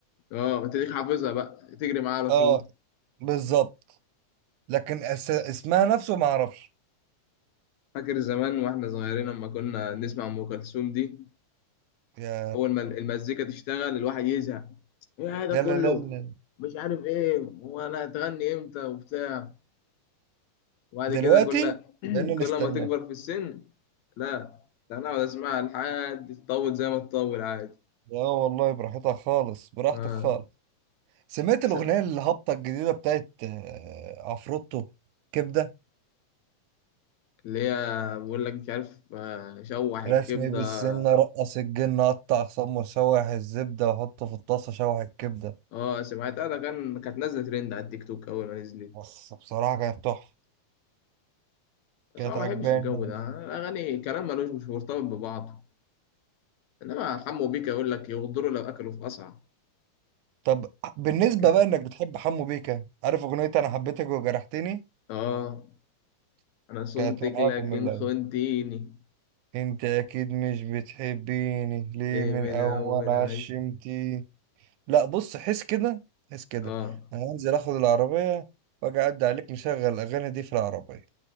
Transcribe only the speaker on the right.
اه
بالظبط لكن أس... اسمها نفسه ما أعرفش
يا
لا
لا لا لا
دلوقتي
بقينا
نستناه
لا والله براحتها خالص براحتك
خالص سمعت
الأغنية الهابطة الجديدة بتاعت آه، عفروتو كبدة
رشني بالسنة رقص الجن قطع سمر شوح الزبدة وحطه في الطاسة شوح الكبدة
بس بصراحة كانت تحفة
كانت
عجباني
طب بالنسبة
بقى انك بتحب حمو بيكا عارف اغنية انا حبيتك وجرحتني
كانت من اعظم
من الاول
انت اكيد مش بتحبيني ليه
من
اول
عشمتي
لا بص حس كده حس كده
انا هنزل اخد العربية واجي اعدي عليك مشغل الاغاني دي في العربية